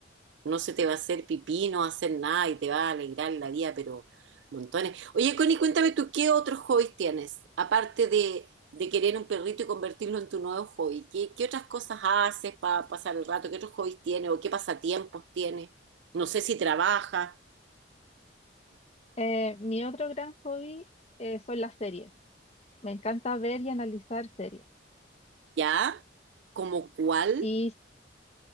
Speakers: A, on the right (about 75°); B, on the left (about 35°).
A: no se te va a hacer pipí, no va a hacer nada y te va a alegrar la vida, pero montones. Oye, Connie, cuéntame tú, ¿qué otros hobbies tienes? Aparte de, de querer un perrito y convertirlo en tu nuevo hobby, ¿qué, qué otras cosas haces para pasar el rato? ¿Qué otros hobbies tienes o qué pasatiempos tienes? No sé si trabajas,
B: eh, mi otro gran hobby eh, son las series. Me encanta ver y analizar series.
A: ¿ya? ¿Como cuál?
B: Y